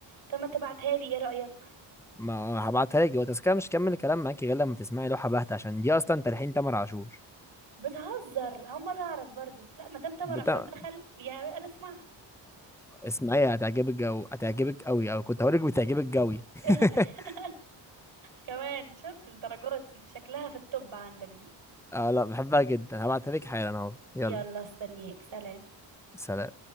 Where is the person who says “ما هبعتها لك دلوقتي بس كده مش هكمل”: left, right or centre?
Centre